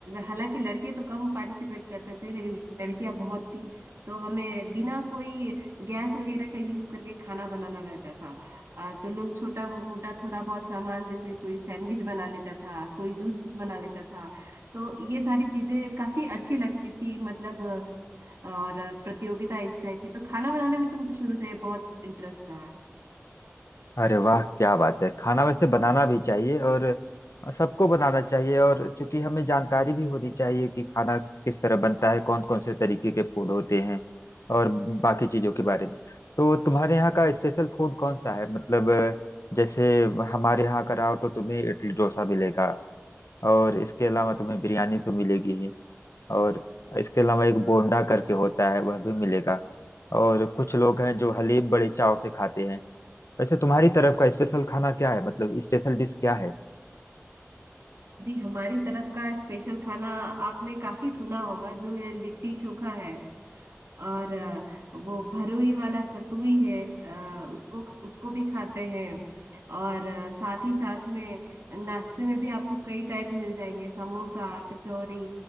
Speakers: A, on the right; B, on the left.
A: हालांकि लड़के तो कम पार्टिसिपेट करते थे लेकिन लड़कियां बहुत थी तो हमें बिना कोई गैस वगैरह का यूज करके खाना बनाना रहता था आ, तो लोग छोटा मोटा थोड़ा बहुत सामान जैसे कोई सैंडविच बना लेता था कोई जूस बना लेता था तो ये सारी चीजें काफी अच्छी लगती थी मतलब और प्रतियोगिता इस टाइप की तो खाना बनाने में तो मुझे शुरू से बहुत इंटरेस्ट रहा है
B: अरे वाह क्या बात है खाना वैसे बनाना भी चाहिए और सबको बनाना चाहिए और चूंकि हमें जानकारी भी होनी चाहिए कि खाना किस तरह बनता है कौन कौन से तरीके के फूड होते हैं और बाकी चीजों के बारे में तो तुम्हारे यहाँ का स्पेशल फूड कौन सा है मतलब अ, जैसे हमारे यहाँ कराओ तो तुम्हें इडली डोसा मिलेगा और इसके अलावा तुम्हें बिरयानी तो मिलेगी ही और इसके अलावा एक बोंडा करके होता है वह भी मिलेगा और कुछ लोग हैं जो हलीम बड़े चाव से खाते हैं वैसे तुम्हारी तरफ का स्पेशल खाना क्या है मतलब स्पेशल डिश क्या है
A: जी हमारी तरफ का स्पेशल खाना आपने काफी सुना होगा जो है लिट्टी चोखा है और अ, वो भरुई वाला सतुई है अ, उसको उसको भी खाते हैं और अ, साथ ही साथ में नाश्ते में भी आपको कई टाइप मिल जाएंगे समोसा कचौरी